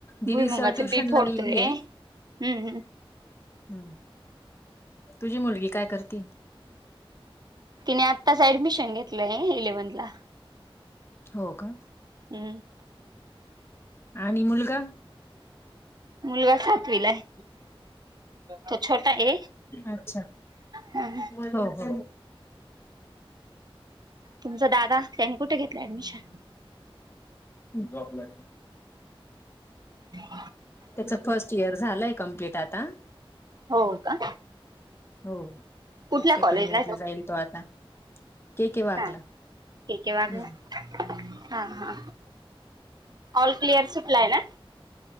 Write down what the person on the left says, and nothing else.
दिदीच
ट्युशन
ला गेलीय
हम् तुझी मुलगी काय करती
हो का
आणि मुलगा
अच्छा.
हो हो
जॉबला.
त्याच फर्स्ट इयर झालंय कमप्लीट आता
हो
सेकंड
इयर
ला जाईल तो आता के के वागला
हम्म